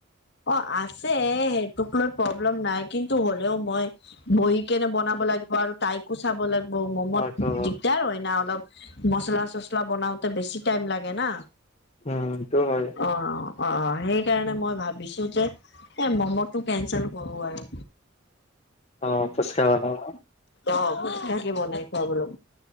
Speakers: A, on the left; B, on the left.
A: অ আছে সেইটোক লৈ প্ৰব্লেম নাই কিন্তু হলেও মই বহি কেনে বনাম। লাগিব আৰু তাইকো চাব লাগিব মমত
B: অ এইটো
A: দিগদাৰ হয় না অলপ। মচলা চছলা বনাওতে বেছি টাইম লাগে না।
B: উম সেইটো হয়।
A: অ অ অ সেইকাৰণে মই ভাবিছো যে এ মম'টো কেনচেল কৰো আৰু।
B: অ ফুছকা বনাব ক
A: অ ফুচকাকে বনাই খোৱাবলৈ